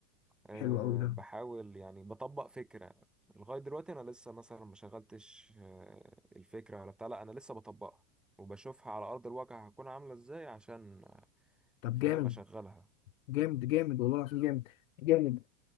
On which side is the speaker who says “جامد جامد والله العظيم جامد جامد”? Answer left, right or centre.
Left